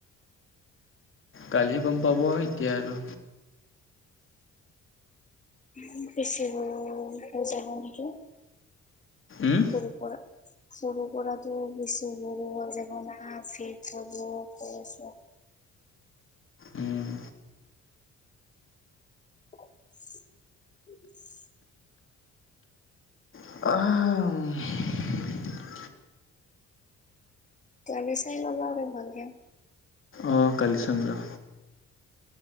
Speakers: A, on the left; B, on the left.
A: কালি গম পাব এতিয়া আৰু
B: ওম বেছি সৰু, হৈ যাব নেকি?
A: উম
B: সৰু কৰা। সৰু কৰাটো বেছি সৰু হৈ যাব না ফেট হ'ব কৈ আছো।
A: উম,
B: <unintelligible>
A: অঁ' ওম'
B: তুমি চাই লবা আৰু ভালকে।
A: অঁ কালি চাম ৰ।